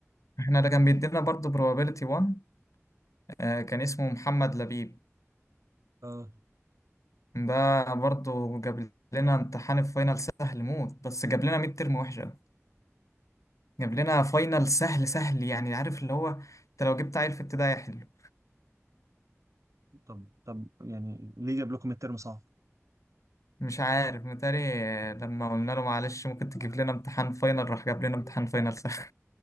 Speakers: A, on the left (about 85°); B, on the right (about 85°).
A: احنا ده كان بيدينا برضو probability 1 آه كان اسمه محمد لبيب
B: اه
A: ده برضو جاب لنا امتحان الفاينل سهل موت بس جاب لنا ميد ترم وحشه جاب لنا فاينل سهل سهل يعني عارف اللي هو انت لو جبت عيل في ابتدائي حلو
B: طب طب يعني ليه جاب لكم الترم صعب
A: مش عارف متهيألي لما قلنا له معلش ممكن تجيب لنا امتحان فاينل راح جاب لنا امتحان فاينل سهل